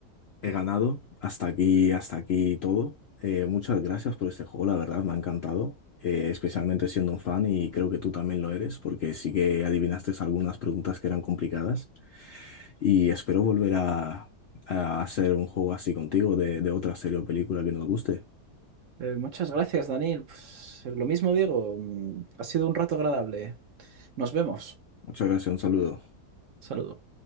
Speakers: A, on the left; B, on the right.
A: he ganado. Hasta aquí, hasta aquí todo. Eh, muchas gracias por este juego, la verdad, me ha encantado. eh, especialmente siendo un fan y creo que tú también lo eres, porque sí que adivinaste algunas preguntas que eran complicadas. Y espero volver a, a hacer un juego así contigo de, de otra serie o película que nos guste.
B: Eh, muchas gracias, Daniel. Pues, lo mismo digo, mm, ha sido un rato agradable. Nos vemos.
A: Muchas gracias, un saludo.
B: Saludo.